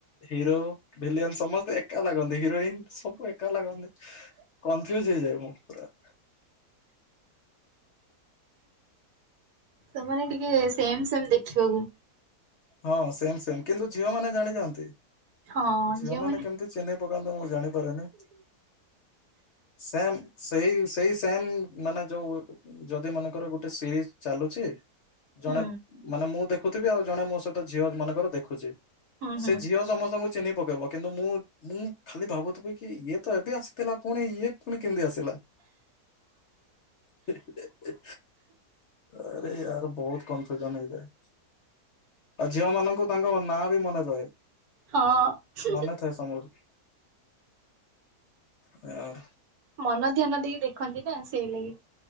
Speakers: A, on the left; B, on the right.
A: ହିରୋ, ଭିଲିଆନ୍ ସମସ୍ତେ ଏକା ଲାଗନ୍ତି ହିରୋଇନ୍ ସବୁ ଏକା ଲାଗନ୍ତି। କନଫ୍ୟୁଜ୍ ହେଇଯାଏ ମୁଁ ପୁରା।
B: ସେମାନେ ଟିକେ ସେମ ସେମ ଦେଖିବାକୁ।
A: ହଁ ସେମ ସେମ କିନ୍ତୁ ଝିଅ ମାନେ ଜାଣିଜାନ୍ତି
B: ହଁ
A: ଝିଅ
B: ଯେଉଁମାନେ
A: ମାନେ କେମିତି ଚିହ୍ନି ପକାନ୍ତି ମୁଁ ଜାଣିପାରେନି। ସେମ୍ ସେଇ -ସେଇ ସେମ୍ ମାନେ ଯୋଉ ଯଦି ମନେକର ଗୋଟେ ସିରିଜ୍ ଚାଲୁଚି ଜଣେ
B: ହୁଁ
A: ମାନେ ମୁଁ ଦେଖୁଥିବି ଆଉ ଜଣେ ମୋ ସହିତ ଝିଅ ମନେକର ଦେଖୁଚି
B: ହୁଁ
A: ସେ
B: ହୁଁ
A: ଝିଅ ସମସ୍ତଙ୍କୁ ଚିହ୍ନି ପକେଇବ। କିନ୍ତୁ ମୁଁ -ମୁଁ ଖାଲି ଭାବୁଥିବି କି ଇଏ ତ ଏବେ ଆସିଥିଲା ପୁଣି ଇଏ ପୁଣି କେମିତି ଆସିଲା। <unintelligible> ଆରେ ୟାର ବହୁତ କନଫ୍ୟୁଜନ ହେଇଯାଏ। ଆଉ ଝିଅ ମାନଙ୍କୁ ତାଙ୍କ ନାଁ ବି ମନେ ରହେ
B: ହଁ।
A: ମନେ ଥାଏ ସମର। ୟାର୍।
B: ମନ ଧ୍ୟାନ ଦେଇକି ଦେଖନ୍ତି ନା ସେଇ ଲାଗି।